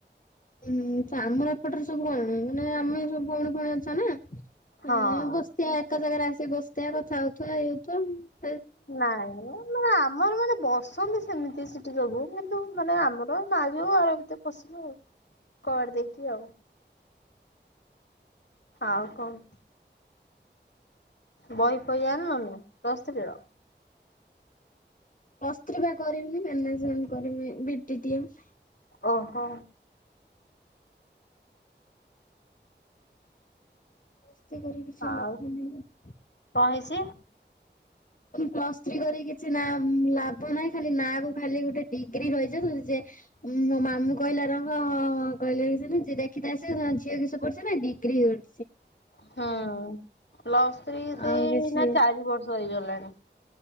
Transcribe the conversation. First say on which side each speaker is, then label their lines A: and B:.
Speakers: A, on the left; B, on the left.
A: ହୁଁ ତ ଆମର ଏପଟରେ ସବୁ କଣ ମାନେ ଆମେ ସବୁ ଭୋଉଣୀ ଫୋଉଣି ଅଛନ୍ତି ନା।
B: ହଁ
A: ଏ ବସିଆ ଏକ ଜାଗାରେ ଆସିିକି ବସିଆ କଥା ହୋଉଥିବା ଇଏ ହୋଉଥିବା।
B: ନାଇଁ ମ ଆମର ମାନେ ବସ ଅଛନ୍ତି ସେମିତି ସେଠି ସବୁ କିନ୍ତୁ ମାନେ ଆମର ମାଝିଅ ଘର ଭିତରେ ପଶିଲୁ ଆଉ କବାଟ ଦେଇକି ଆଉ ଆଉ କଣ? ବହିଫଇ ଆଣିଲନଣି ପ୍ଲସ ଥ୍ରିର
A: ପ୍ଲସ ଥ୍ରି ପା କରିବିନି ମାନେଜମେଣ୍ଟ କରିମି ବି ଟି ଟି ଏମ।
B: ଓହୋ।
A: ପ୍ଲସ ଥ୍ରି କରିକି କିଛି
B: ଆଉ
A: ଲାଭ ନାହିଁ ନା।
B: କଣ ହେଇଛି?
A: ପ୍ଲସ ଥ୍ରୀ କରିକ କିଛି ନା ଲାଭ ନାହିଁ ଖାଲି ନା କୁ ଖାଲି ଗୋଟେ ଡିଗ୍ରୀ ରହିଚ <unintelligible> ଉଁ ମୋ ମାମୁଁ କହିଲା ରଙ୍ଗ ଅ ଅ କହିଲେ କି ଦେଖିଥା ଆ ସେ ଝିଅ କି ସେ ପଢୁଛ ନା ଡିଗ୍ରୀ କରିଚି।
B: ହୁଁ ପ୍ଲସ ଥ୍ରି ସେଇ
A: ଆଉ କିଛି
B: ଏଇନା ଚାରି ବର୍ଷ ହେଇଗଲାଣି।